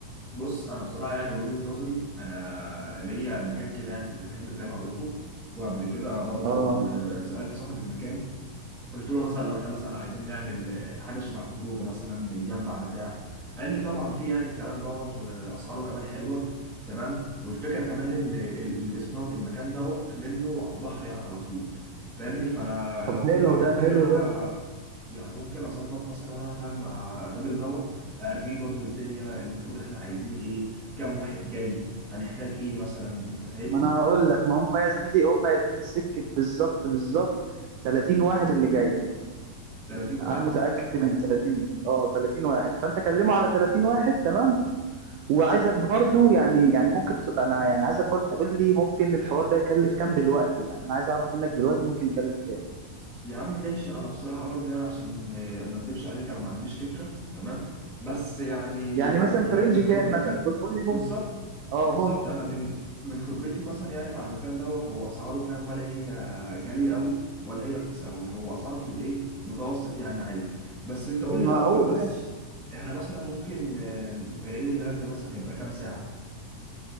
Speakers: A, in the centre; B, on the right.
A: بص انا بصراحه يعني من وجهة نظري انا ليا مكان كده يعني كنت بحب فاهم اروحه وقبل كده برضو
B: اه
A: آه، سألت صاحب المكان قلت له مثلا لو احنا مثلا عايزين نعمل آه، حاجه شبه خروجه مثلا نتجمع بتاع قال لي طبعا في يعني الكلام دوت واسعاره كمان حلوه تمام والفكره كمان ان ال- الاسم دوت المكان دوت منه على البحر يعني على طول فاهمني فانا
B: طب
A: لو
B: حلو
A: كده ممكن
B: ده حلو
A: انا
B: ده
A: يعني ممكن اظبط مثلا انا فاهم مع الراجل دوت اقريه برضه الدنيا المفروض احنا عايزين ايه كام واحد جاي هنحتاج ايه مثلا انت فاهمني
B: ما انا هقول لك ما هم يا زميلي هم يا زميلي سكه بالظبط بالظبط 30 واحد اللي جاي
A: 30 واحد
B: انا متاكد ان 30 اه 30 واحد فانت كلمه على 30 واحد تمام وعايزك برضو يعني يعني ممكن ت... انا يعني عايزك برضو تقول لي ممكن الحوار ده يكلف كام دلوقتي يعني انا عايز اعرف منك دلوقتي ممكن يكلف كام
A: يا عم ماشي انا بصراحه برضه يعني عشان آه، ما اكدبش عليك انا ما عنديش فكره تمام بس يعني
B: يعني مثلا
A: يعني
B: في رينج
A: من
B: كام
A: خبرتي
B: مثلا قول قول لي ممكن
A: بالظبط
B: اه
A: بالظبط
B: ممكن
A: انا من من خبرتي مثلا يعني مع المكان دوت هو اسعاره فاهم ولا هي غاليه قوي ولا هي رخيصه قوي هو اسعاره في الايه متوسط يعني عادي بس انت قول
B: المعقول
A: لي الاول بس
B: ماشي
A: احنا مثلا ممكن آه، عيد الميلاد ده مثلا هيبقى كام ساعه